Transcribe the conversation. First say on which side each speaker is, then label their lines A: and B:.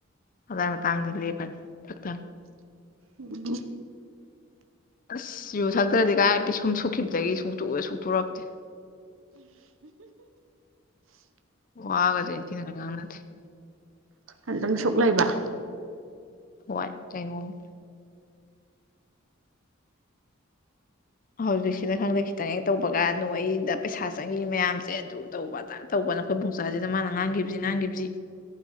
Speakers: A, on the left; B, on the right.
A: ꯑꯗꯨꯋꯥꯏ ꯃꯇꯥꯡꯗ ꯂꯦꯞꯄꯅꯤ ꯊꯛꯊꯪ
B: ꯎꯝ
A: ꯑꯁ ꯌꯨ ꯊꯛꯇ꯭ꯔꯗꯤ ꯀꯥꯏ ꯄꯤꯁꯨꯝ ꯁꯨꯈꯤꯕꯗꯒꯤ ꯁꯨꯛꯇꯣꯔꯛꯇꯦ ꯑꯣꯒ ꯉ ꯅ
B: ꯑꯗꯨꯪ ꯁꯨꯛ ꯂꯩꯕ
A: ꯍꯣꯏ ꯀꯩꯅꯣꯅꯤ ꯍꯧꯖꯤꯛꯁꯤꯅ ꯈꯪꯗꯦ ꯈꯤꯇꯪ ꯍꯦꯛ ꯇꯧꯕ ꯀꯥꯟ ꯅꯣ ꯑꯩꯗ ꯄꯩꯁꯥ ꯆꯪꯉꯤ ꯃꯌꯥꯝꯁꯦ ꯑꯗꯨ ꯇꯧꯕ ꯇ ꯅ ꯑꯩꯈꯣꯏ ꯄꯨꯡꯆꯥꯥꯁꯤꯗ ꯃꯥꯅ ꯉꯥꯡꯈꯤꯕꯁꯤ ꯉꯥꯡꯈꯤꯕꯁꯤ